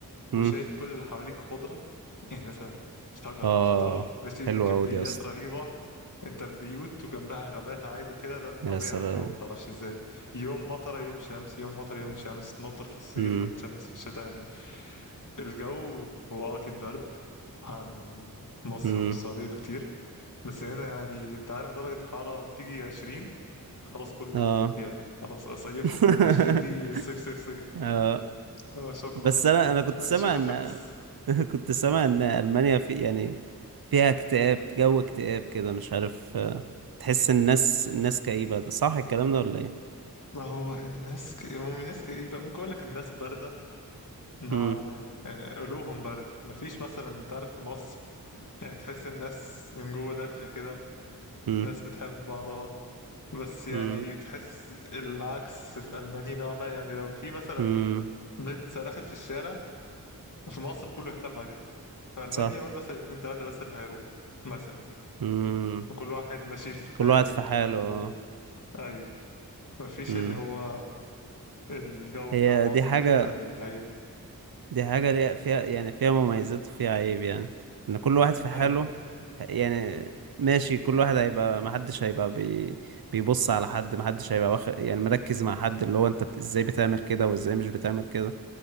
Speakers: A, on the right; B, on the left.
A: امم
B: وشايف كل اللي حواليك خضرة يعني مثلا شجر
A: اه
B: أخضر ماشي
A: حلوة
B: بكميات
A: أوي دي يا اسطى
B: رهيبة أنت بيوت وجنبها غابات عادي كده ده الطبيعي
A: يا سلام
B: عندهم متعرفش إزاي يوم مطرة يوم شمس يوم مطرة يوم شمس تمطر في الصيف
A: امم
B: وتشمس في الشتاء يعني الجو هو أه أكيد برد عن مصر
A: امم
B: والسعودية بكتير بس هنا يعني أنت عارف درجة حرارة تيجي عشرين خلاص كله
A: اه
B: يلا خلاص صيفه
A: <laughs>
B: عشرين دي صيف صيف صيف
A: اه
B: آه، شكرا
A: بس انا انا كنت
B: الشتاء
A: سامع ان
B: خلص
A: <laughs> كنت سامع ان المانيا في يعني فيها اكتئاب جو اكتئاب كده مش عارف آه، تحس الناس الناس كئيبة ده صح الكلام ده ولا ايه
B: ما هو الناس ك... هم الناس ك... يبقى ممكن اقول لك الناس بارده نوعا
A: امم
B: ما يعني قلوبهم بارده مفيش مثلا انت عارف في مصر يعني تحس الناس من جوه دافيه كده
A: امم
B: ناس بتحب بعضها بس يعني
A: امم
B: تحس العكس في المانيا نوعا ما يعني لو في مثلا
A: امم
B: بنت صرخت في الشارع في مصر كله هيتلم عليها في المانيا
A: صح
B: قول مثلا اتنين تلاته بس اللي هيروح مثلا يعني
A: امم
B: وكل واحد ماشي في
A: كل
B: حاله
A: واحد في
B: يعني
A: حاله
B: و... ايوه مفيش
A: امم
B: اللي هو الجو
A: هي
B: بتاع مصر
A: دي حاجة
B: ده بتاع العيل
A: دي حاجة ليها- فيها يعني فيها مميزات وفيها عيب يعني ان كل واحد في حاله
B: ايوه
A: يعني ماشي كل واحد هيبقى محدش هيبقى بي بيبص على حد محدش هيبقى واخد يعني مركز مع حد اللي هو انت بت- ازاي بتعمل كده وازاي مش بتعمل كده